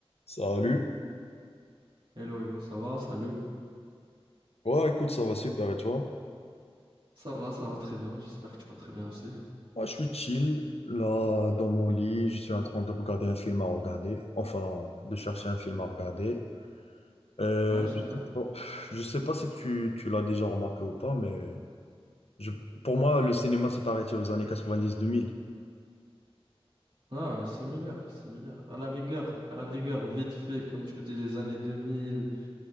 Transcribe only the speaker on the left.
Salut.
Ouais, écoute, ça va super et toi?
Moi, je suis chill, là, dans mon lit, je suis en train de regarder un film à regarder, enfin, de chercher un film à regarder. Euh,
je sais pas, je sais pas si tu, tu l'as déjà remarqué ou pas, mais je- pour moi, le cinéma s'est arrêté aux années 90-2000.